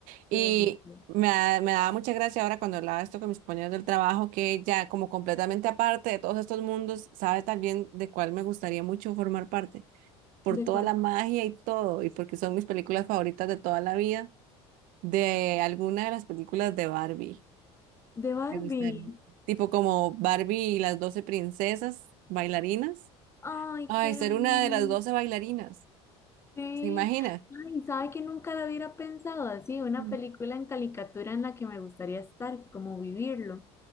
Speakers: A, on the right; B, on the left.
A: Y
B: Sí, definitivo.
A: me, da- me daba mucha gracia ahora cuando hablaba esto con mis compañeros del trabajo, que ya como completamente aparte de todos estos mundos, sabe también de cuál me gustaría mucho formar parte, por
B: ¿De
A: toda
B: cuál?
A: la magia y todo, y porque son mis películas favoritas de toda la vida, de alguna de las películas de Barbie.
B: De Barbie.
A: Me gustaría. tipo como Barbie y las doce princesas bailarinas.
B: Ay,
A: Ay,
B: qué
A: ser
B: hermoso.
A: una de las 12 bailarinas,
B: Sí.
A: ¿se imagina?
B: Ay, sabe que nunca lo hubiera pensado así, una
A: Mm.
B: película en caricatura en la que me gustaría estar, como vivirlo.